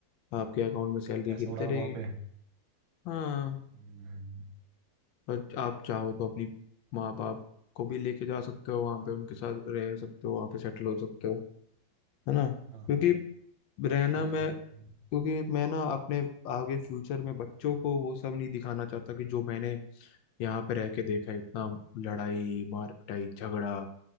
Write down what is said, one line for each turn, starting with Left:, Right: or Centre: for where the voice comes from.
Left: आपके अकाउंट में सैलरी
Right: तो पैसे
Left: गिरते
Right: उड़ाओ
Left: रहेगी
Right: वहाँ पे
Left: हाँ
Right: हम्म
Left: और आप चाहो तो अपनी माँ बाप को भी लेके जा सकते हो वहाँ पे उनके साथ रह सकते हो वहाँ पे सेटल हो सकते हो है ना
Right: हाँ
Left: क्योंकि
Right: हाँ सही
Left: रहना
Right: है यार
Left: मैं
Right: हम्म
Left: क्योंकि मैं ना अपने आगे फ्यूचर में बच्चों को वो सब नहीं दिखाना चाहता कि जो मैंने यहाँ पे रह के देखा है, इतना लड़ाई मार पिटाई झगड़ा